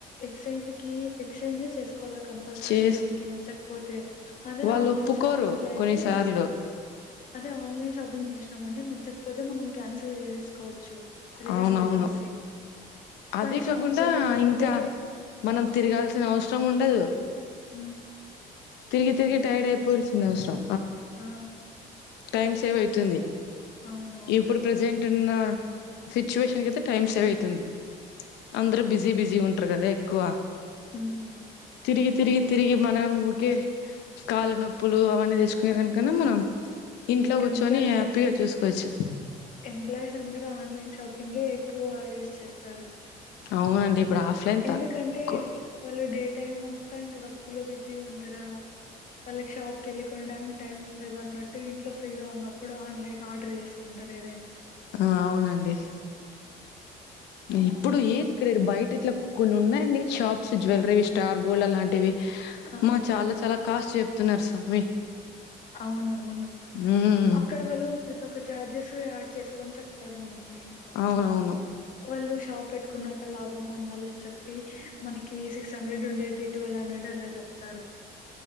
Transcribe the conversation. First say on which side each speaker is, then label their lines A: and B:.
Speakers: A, on the left; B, on the left.
A: ఎక్స్చేంజ్ కి ఎక్స్చేంజే చేసుకోవాల కంపల్సరీ
B: చేస్
A: మనకి నచ్చకపోతే అదే
B: వాళ్ళు
A: ఆన్లైన్
B: ఒప్పుకోరు
A: షాపింగ్ లో అయితే
B: కొన్నిసార్లు
A: అదే ఆన్లైన్ షాపింగ్ చేసామంటే నచ్చకపోతే మనం క్యాన్సల్ చేసేసుకో <unintelligible> రిటర్న్
B: అవునవును
A: పెట్టేసి కానీ
B: అదే
A: షాప్కి
B: కాకుండా
A: వెళ్ళి కొంటే
B: ఇంకా మనం తిరగాల్సిన అవసరం ఉండదు
A: హు
B: తిరిగి తిరిగి టైర్డ్ అయిపోయాల్సిన అవసరం
A: ఆ!
B: టైమ్ సేవ్ అయితుంది
A: అవునవును.
B: ఇప్పుడు ప్రజెంట్ ఉన్న సిచ్యువేషన్ కయితే టైమ్ సేవ్ అవుతుంది అందరు బిజీ బిజీ ఉంటారు కదా ఎక్కువ
A: హు
B: తిరిగి తిరిగి తిరిగి మనం ఊకే కాళ్లు నొప్పులు అవన్నీ తెచ్చుకునే దానికన్నా మనం ఇంట్లో కూర్చొని
A: ఎంప్లాయ్
B: హ్యాపీగా చూసుకోవచ్చు
A: ఎంప్లాయీస్ అందరు ఆన్లైన్ షాపింగే ఎక్కువ యూస్ చేస్తారు
B: అవునండి ఇప్పుడు ఆఫ్లైన్
A: ఎందుకంటే
B: తక్కువ
A: వాళ్ళు డే టైమ్ అంతా ఇంకా వర్క్ లో బిజీ ఉంటార వాళ్ళకి షాప్కి వెళ్ళి కొనడానికి టైం ఉండదు అన్నట్టు ఇంట్లో ఫ్రీగా ఉన్నప్పుడు ఆన్లైన్ ఆర్డర్ చేసుకుం రు ఏదైన
B: ఆ అవునండి ఇప్పుడు ఏది ఇక్కడ బయట ఇట్లా కొన్ని ఉన్నాయండి షాప్స్ జ్యవెలరీ స్టార్ గోల్డ్ అలాంటివి
A: ఆ!
B: మ చాల చాల కాస్ట్ చెప్తున్నారు స్వామి
A: అవునవును
B: ఉమ్
A: అక్కడ వాళ్ళు ప్రతి ఒక్క ఛార్జెస్ యాడ్ చేసుకొని చెప్తారు మనకి
B: అవునవును
A: వాళ్ళు షాప్ పెట్టుకున్నాక లాభం పొందాలన్ చెప్పి మనకి సిక్స్ హండ్రెడ్ ఉండేది ట్వెల్ హండ్రెడ్ అలా చెప్తారు